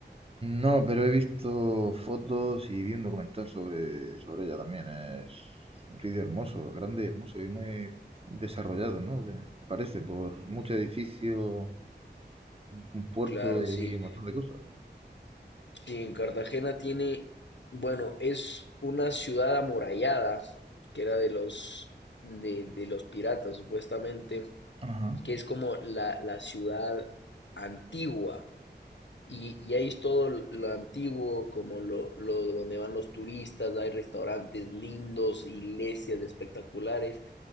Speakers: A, on the right (about 30°); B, on the left (about 80°).
A: No, pero he visto fotos y vi un documental sobre, sobre ella también. Es un sitio hermoso, grande y hermoso y muy desarrollado, ¿no? De- Parece por mucho edificio, un puerto
B: Claro,
A: y
B: sí.
A: un montón de cosas.
B: Sí, en Cartagena tiene, bueno, es una ciudad amurallada, que era de los, de, de los piratas, supuestamente,
A: Ajá.
B: que es como la, la ciudad antigua. Y, y ahí es todo lo antiguo, como lo, lo donde van los turistas, hay restaurantes lindos, iglesias espectaculares